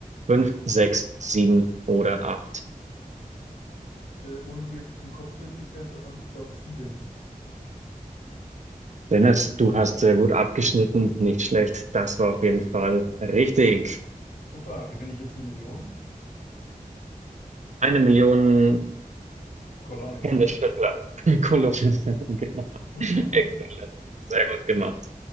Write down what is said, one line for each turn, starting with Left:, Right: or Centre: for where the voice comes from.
Right: Fünf, sechs, sieben oder acht?
Left: äh, ohne sie jetzt im Kopf durchgezählt zu haben, ich glaube sieben.
Right: Dennis, du hast sehr gut abgeschnitten, nicht schlecht. Das war auf jeden Fall richtig.
Left: Super, gewinne ich jetzt eine Million?
Right: Eine Million
Left: Colonis.
Right: Händeschüttler. <laughs> Kolosche, <laughs> genau.
Left: <laughs>
Right: Exzellent. Sehr gut gemacht.